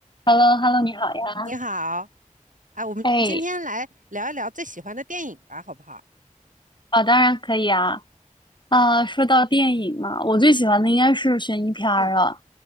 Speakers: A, on the left; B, on the right.
A: h e l l o h e l l o 你好呀。
B: 你好，啊，我们今天来聊一聊最喜欢的电影吧，
A: 哎，
B: 好不好？
A: 啊，当然可以啊。啊，说到电影嘛，我最喜欢的应该是悬疑片儿了。
B: 嗯，